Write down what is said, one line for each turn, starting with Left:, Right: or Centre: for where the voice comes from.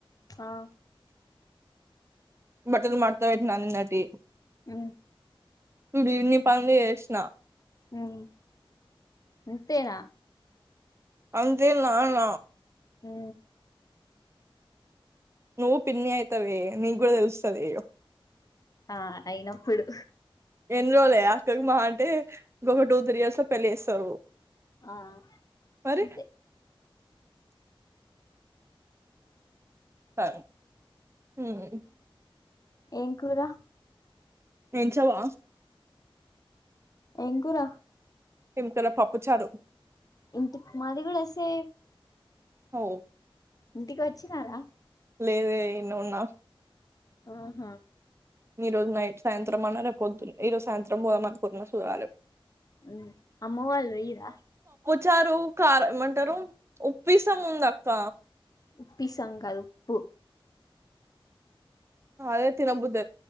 Left: ఆ
Right: బట్టలు మడుత పెట్టిన నిన్నటియి
Left: మ్
Right: చూడు ఇన్ని పనులు చేశిన
Left: మ్ ఇంతేనా
Right: అంతే నాన
Left: మ్
Right: నువ్వు పిన్నిి అయితవే నీకు కూడా తెలుస్తది
Left: ఆ అయినప్పుడు
Right: ఎన్ని రోజులే అక్కకి మహా అంటే ఇంకొక టూ త్రీ ఇయర్స్ ల పెళ్లి చేస్తారు
Left: ఆ
Right: మరి
Left: అంతే
Right: సరే మ్
Left: ఏం కూర
Right: ఏంచవా
Left: ఎం కూర
Right: ఎం కూర పప్పుచారు
Left: ఇంటి మాది కుడా సేమ్
Right: ఓ
Left: ఇంటికోచ్చినారా
Right: లేదే ఇన్నే ఉన్న
Left: ఆహా
Right: ఈ రోజు నైట్ సాయంత్రం అన్న రేపు పోద్దు ఈ రోజు సాయంత్రం పోదం అనుకున్నా సుాడాలే
Left: మ్ అమ్మవాళ్లు పోయిర్ర
Right: చారు కార ఏమంటారు ఉప్పసాం ఉంది అక్క
Left: ఉప్పిస కాదు ఉప్పు
Right: రేతే బధ